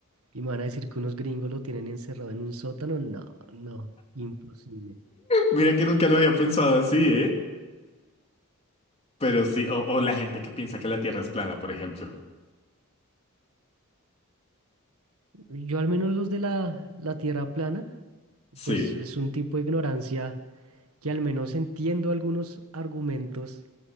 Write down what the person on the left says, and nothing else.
Mira que nunca lo había pensado así, ¿eh? Pero sí, o, o la gente que piensa que la Tierra es plana, por ejemplo.
Sí,